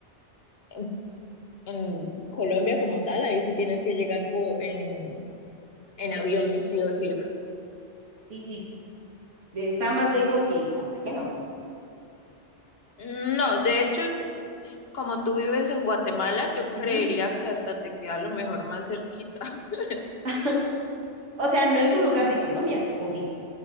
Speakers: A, on the left (about 55°); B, on the right (about 85°).
A: en, en Colombia como tal, ahí sí tienes que llegar po- en, en avión, sí o sí.
B: y, Está más lejos que Cartagena, ¿o cómo?
A: No, de hecho, pues, como tú vives en Guatemala, yo creería
B: Ujú.
A: que hasta te queda a lo mejor más cerquita. <laughs>
B: <laughs> O sea, no es un lugar
A: Ujú.
B: de Colombia, ¿o sí?